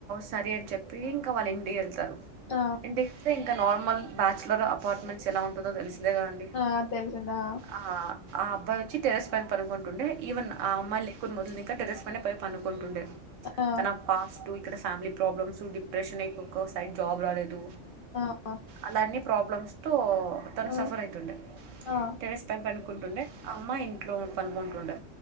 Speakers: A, on the right; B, on the left.
A: సరే అని చెప్పి ఇంక వాళ్ళ ఇంటికి వెళ్తారు
B: ఆ
A: ఇంటి సే ఇంక నార్మల్ బ్యాచులర్ అపార్ట్మెంట్స్ ఎలా ఉంటదో తెలుసు అంతేగదండి
B: ఆ తెలిసిందా
A: ఆ అబ్బాయి వచ్చి టెర్రస్ పైన పనుకుంటుండే ఈవెన్ ఆ అమ్మాయిలు లేకుని వదిలినాకా టెర్రస్ పైన పోయి పనుకుంటుండే
B: ఆ
A: తన పాస్ట్ ఇక్కడ ఫ్యామిలీ ప్రాబ్లమ్స్ డిప్రెషన్ ఏక్కో సైడ్ జాబ్ రాలేదు
B: <unintelligible>
A: అలాన్ని ప్రాబ్లమ్స్ తో తను
B: ఆ
A: సఫర్ అయితుండే
B: ఆ
A: టెర్రస్ పైన పో కుంటుండే ఆ అమ్మాయి ఇంట్లో పనుకుంటుండే